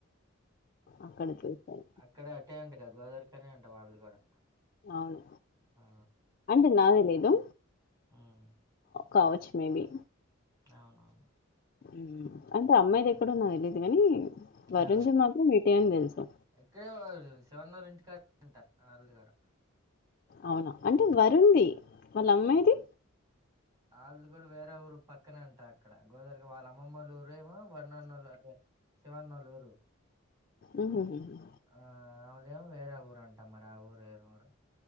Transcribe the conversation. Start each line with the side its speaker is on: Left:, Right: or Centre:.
Left: అక్కడ చూసాను
Right: ఇక్కడే అటే అంట గా గోదరిఖనే అంట వాళ్ళది కూడా
Left: అవును
Right: ఆ
Left: అంటే నాదే లీదు
Right: ఉమ్
Left: కావచ్చు మేబి
Right: అవునవును
Left: ఊమ్ అంటే అమ్మాయిదెక్కడో నాక్ తెలీదు కాని వరుణ్
Right: ఆ
Left: ది మాత్రం ఇటే అని తెలుసు
Right: ఇక్కడే వాళ్ళు శివన్నోళ్ళ ఇంటికా <inaudible> ఆల్దిగూడా
Left: అవునా అంటే వరుణ్ ది మల్ల అమ్మాయిది
Right: ఆళ్ళది గూడా వేరే ఊరు పక్కనే అంట అక్కడ గోదరిగా వాళ్ళ అమ్మమ్మోళ్లు ఊరేమో వరుణన్నోళ్ళదే శివన్నోళ్ళూరు
Left: ఊహు హు హూ
Right: ఆ ఆమెదేమో వేరే ఊరు అంటా మరి ఆ ఊరు ఏదో మరి